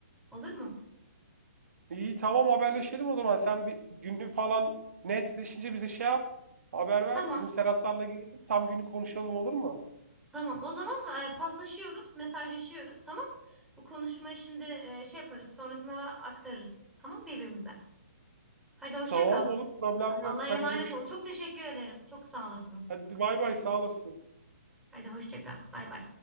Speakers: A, in the centre; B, on the right (about 70°).
A: olur mu?
B: İyi tamam haberleşelim o zaman. Sen bir günü falan netleşince bize şey yap. Haber ver.
A: Tamam
B: Bizim Serhatlarla gelelim. Tam günü konuşalım olur mu?
A: tamam o zaman e, paslaşıyoruz mesajlaşıyoruz tamam. Bu konuşmayı şimdi e, şey yaparız sonrasında aktarırız tamam birbirimize. Hadi hoşça
B: Tamam
A: kal.
B: olur problem
A: Allah'a
B: yok.
A: emanet
B: Hadi görüşürüz.
A: ol. Çok teşekkür ederim. Çok sağ olasın.
B: Hadi bay bay sağ olasın.
A: Hadi hoşça kal. Bay bay.